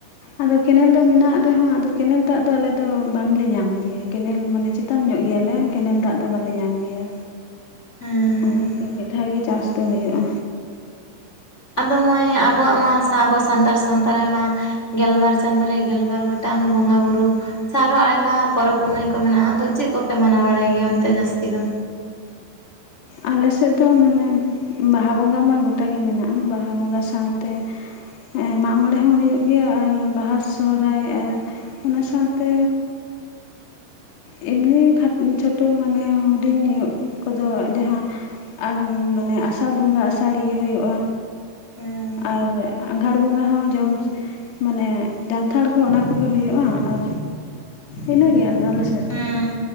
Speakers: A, on the left (about 80°); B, on the left (about 20°).
A: ᱟᱫᱚ ᱠᱮᱱᱮᱞ ᱫᱚ ᱢᱮᱱᱟᱜ ᱨᱮᱦᱚᱸ ᱟᱫᱚ ᱠᱮᱱᱮᱞ ᱫᱟᱜ ᱫᱚ ᱟᱞᱮ ᱫᱚ ᱵᱟᱝᱞᱮ ᱧᱟᱢ ᱜᱮᱭᱟ ᱠᱮᱱᱮᱞ ᱢᱟᱱᱮ᱾ ᱪᱛᱟᱱ ᱧᱚᱜ ᱜᱮᱭᱟᱞᱮ ᱠᱮᱱᱮᱞ ᱫᱟᱜ ᱫᱚ ᱵᱟᱞᱮ ᱧᱟᱢ ᱜᱮᱭᱟ᱾
B: ᱦᱮᱸ
A: ᱚᱱᱟᱛᱮ ᱢᱤᱫ ᱫᱷᱟᱣ ᱜᱮ ᱪᱟᱥ ᱫᱚ ᱦᱩᱭᱩᱜᱼᱟ᱾
B: ᱟᱫᱚ ᱢᱟᱹᱭ ᱟᱵᱚᱣᱟᱜ ᱢᱟ ᱟᱵᱚ ᱥᱟᱱᱛᱟᱲ ᱥᱟᱶᱛᱟ ᱨᱮᱢᱟ ᱜᱮᱞᱵᱟᱨ ᱪᱟᱸᱫᱳ ᱨᱮ ᱜᱮᱞᱵᱟᱨ ᱜᱚᱴᱟᱝ ᱵᱚᱸᱜᱟ ᱵᱩᱨᱩ᱾ ᱟᱪᱷᱟ ᱟᱨᱦᱚᱸ ᱟᱭᱢᱟ ᱯᱚᱨᱚᱵᱽ ᱯᱩᱱᱟᱹᱭ ᱠᱚ ᱢᱮᱱᱟᱜᱼᱟ ᱟᱫᱚ ᱪᱮᱫ ᱠᱚᱯᱮ ᱢᱟᱱᱟᱣ ᱵᱟᱲᱟᱭ ᱜᱮᱭᱟ? ᱚᱱᱛᱮ ᱡᱟᱹᱥᱛᱤ ᱫᱚ?
A: ᱟᱞᱮ ᱥᱮᱫ ᱫᱚ ᱢᱟᱱᱮ ᱵᱟᱦᱟ ᱵᱚᱸᱜᱟ ᱢᱟ ᱜᱚᱴᱟ ᱜᱮ ᱢᱮᱱᱟᱜᱼᱟ ᱵᱟᱦᱟ ᱵᱚᱸᱜᱟ ᱥᱟᱶᱛᱮ ᱦᱮᱸᱢᱟᱜ ᱢᱚᱬᱮ ᱦᱚᱸ ᱦᱩᱭᱩᱜ ᱜᱮᱭᱟ ᱟᱨ ᱵᱟᱦᱟ ᱥᱚᱦᱨᱟᱭ ᱟᱨ ᱚᱱᱟ ᱥᱟᱶᱛᱮ᱾ ᱦᱮᱸᱮᱢᱱᱤ ᱪᱷᱳᱴᱳ ᱢᱟᱱᱮ ᱦᱩᱰᱤᱧ ᱠᱚᱫᱚ ᱡᱟᱦᱟᱸ ᱢᱟᱱᱮ ᱟᱥᱟᱲ ᱵᱚᱸᱜᱟ ᱟᱥᱟᱲᱤᱭᱟᱹ ᱦᱩᱭᱩᱜᱼᱟ᱾
B: ᱦᱩᱸ
A: ᱟᱨ ᱟᱜᱷᱟᱲ ᱵᱚᱸᱜᱟ ᱦᱚᱸ ᱡᱚᱢ ᱢᱟᱱᱮ ᱡᱟᱱᱛᱷᱟᱲ ᱠᱚ ᱚᱱᱟ ᱠᱚᱜᱮ ᱦᱩᱭᱩᱜᱼᱟ᱾ ᱟᱨ ᱤᱱᱟᱹᱜᱮ ᱟᱞᱮ ᱥᱮᱫ ᱫᱚ᱾
B: ᱦᱮᱸ